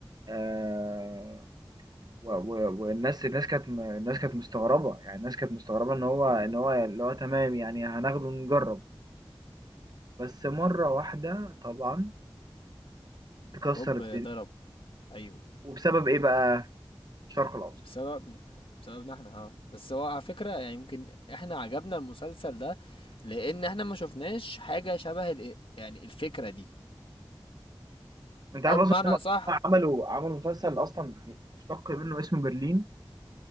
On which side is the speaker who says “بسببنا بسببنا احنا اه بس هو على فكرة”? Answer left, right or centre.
Left